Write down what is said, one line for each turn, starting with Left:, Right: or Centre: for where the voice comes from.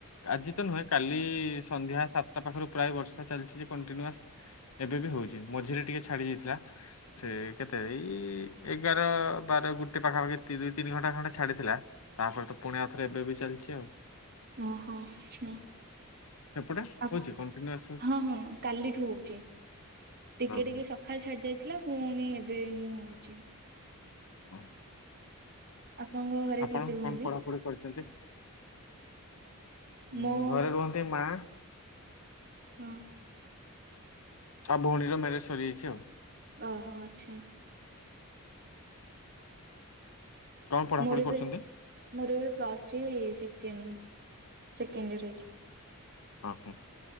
Left: ଆଜି ତ ନୁହେଁ କାଲି ସନ୍ଧ୍ୟା ସାତଟା ପାଖରୁ ପ୍ରାୟ ବର୍ଷା ଚାଲିଚି କଣ୍ଟିନିୟୋସ୍ ଏବେ ବି ହଉଛି ମଝିରେ ଟିକେ ଛାଡି ଯାଇଥିଲା ସେ କେତେ ଏଇ ଏଗାର, ବାର, ଗୋଟେ ପାଖାପାଖି ଦୁଇ ତିନି ଘଣ୍ଟା ଖଣ୍ଡେ ଛାଡ଼ିଥିଲା ତାପରେ ତ ପୁଣି ଏବେ ବି ଚାଲିଚି ଆଉ।
Right: ଓହୋ ହୁଁ।
Left: ସେପଟେ
Right: ଆ
Left: ହଉଛି କଣ୍ଟିନ୍ୟୁଆସ୍ ହଉଛି।
Right: ହଁ ହଁ କାଲିଠୁ ହଉଛି। ଟିକେ
Left: ଓହୋ
Right: ଟିକେ ସକାଳେ ଛାଡି ଯାଇଥିଲା ପୁଣି ଏବେ ହଉଛି।
Left: <unintelligible>
Right: ଆପଣଙ୍କ ଘରେ
Left: ଆପଣ
Right: କିଏ କିଏ ରୁହନ୍ତି?
Left: କଣ ପଢାପଢି କରିଛନ୍ତି? ଊଁ
Right: ମୁଁ
Left: ଘରେ ରୁହନ୍ତି ମା
Right: ହୁଁ।
Left: ତା ଭଉଣୀର ମ୍ୟାରେଜ ସରିଯାଇଛି ଆଉ।
Right: ଓହୋ ଆଚ୍ଛା।
Left: କଣ ପଢାପଢି
Right: ମୋର
Left: କରୁଛନ୍ତି?
Right: ବି ମୋର ବି plus three second second year ହେଇଚି।
Left: ଓହୋ